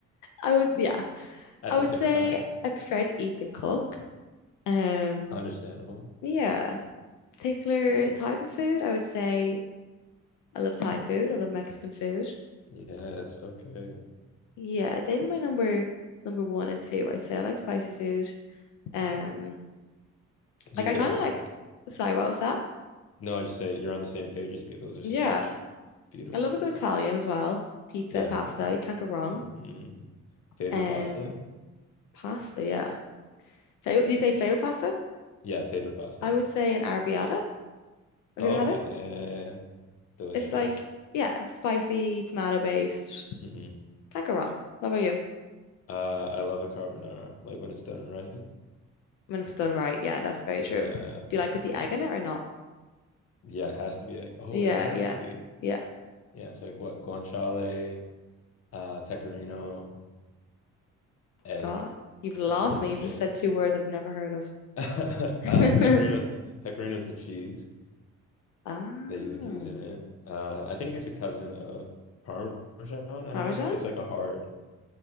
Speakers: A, on the left; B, on the left.
A: I would, yeah, I
B: the
A: would
B: same
A: say
B: time.
A: I prefer to eat than cook. Um,
B: Understandable.
A: yeah, particular
B: What?
A: type of food, I would say I love Thai food. I love Mexican food.
B: Yes, okay.
A: Yeah, they'd be my number number one and two. I'd say I like spicy food. Um,
B: You
A: like I
B: get
A: kind of
B: me.
A: like. Sorry, what was that?
B: No, I just say you're on the same page as me. Those are
A: Yeah,
B: such beautiful
A: I love
B: foods.
A: a good Italian as well. Pizza,
B: Yeah,
A: pasta,
B: yeah.
A: you can't go wrong.
B: hmm Favorite
A: Um,
B: pasta?
A: pasta, yeah. Favorite? Do you say favorite pasta?
B: Yeah, favorite pasta.
A: I would say an arrabbiata. Have
B: Okay,
A: you ever had it?
B: yeah, yeah, yeah. yeah. Delicious.
A: It's like yeah, spicy, tomato based.
B: hmm
A: Can't go wrong. What about you?
B: Uh, I love a carbonara, like when it's done right.
A: When it's done right, yeah, that's very
B: Yeah.
A: true. Do you like with
B: mm.
A: the egg in it or not?
B: Yeah, it has to be like, oh,
A: Yeah,
B: it has
A: yeah,
B: to be.
A: yeah.
B: Yeah, it's like what? Guanciale, uh, pecorino, egg.
A: God, you've lost
B: That's pretty
A: me.
B: much
A: You've just
B: it.
A: said two words I've never heard
B: <laughs> Uh,
A: of.
B: pecorino's
A: <laughs>
B: pecorino's the cheese
A: Oh,
B: that you would use in it. Uh, I think it's a cousin of Parmesan, I
A: Parmesan?
B: want to say. It's like a hard